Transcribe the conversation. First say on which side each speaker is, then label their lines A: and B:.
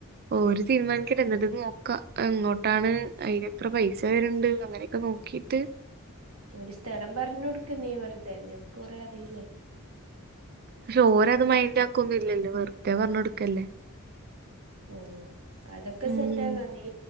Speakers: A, on the right; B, on the right.
A: ഓര് തീരുമാനിക്കട്ടെ എന്നിട്ട് നോക്കാം എങ്ങോട്ടാണ് അയ്ന് എത്ര പൈസ വരുണ്ട് അങ്ങനൊക്കെ നോ ക്കീട്ട്
B: ഒരു സ്ഥലം പറഞ്ഞു കൊടുക്ക് നീ വെറുതെ നിനക്ക് കൊറെ അറിയില്ലേ
A: പക്ഷെ ഓര് അത് മൈൻ്റാക്കൊന്നും ഇല്ലല്ലൊ വെറുതെ പറഞ്ഞ് കൊടുക്കല്ലേ
B: ഉം അതൊക്കെ
A: ഉം
B: സെറ്റാകാം നീ